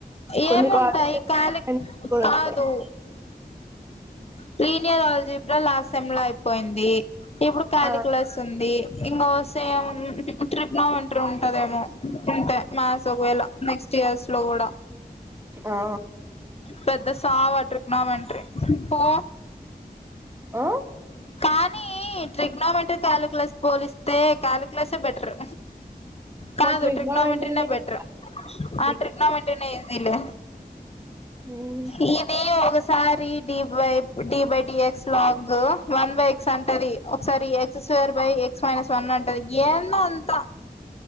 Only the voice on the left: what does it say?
ఏముంటాయి
కాలి
కాదు
ప్రీమియర్ అల్జెప్పినర్ లాట్సమ్ లైఫ్ పోయింది ఇప్పుడు కాలీ
క్లాస్ ఉంది ఇంకో సేమ్ ట్రిగనోమెంట్రీ ఉంటదేమో అంతే మ్యాథ్స్ ఒకవేళ నెక్స్ట్ ఇయర్స్ లో కూడా
పెద్ద సావు ట్రిగ్నోమెట్రీ పో
కానీ ట్రిగ్నోమెట్రీక కాలిక్లస్ పోలిస్తే క్యాలిక్యులేసే బెటర్ కాదు
ట్రిగ్నోమెంటరీనే బెటర్
ఆ
ట్రిగ్నోమెంటరీనే
ఈజీలే
ఇది ఒక స్కూ సరి డీప్ డివైబ్ డి బై డి ఎక్స్ లోలాక్ వన్ బై ఎక్స్ అంటది ఒకసారి x square by x minus నన్నంటది ఏందో అంతా..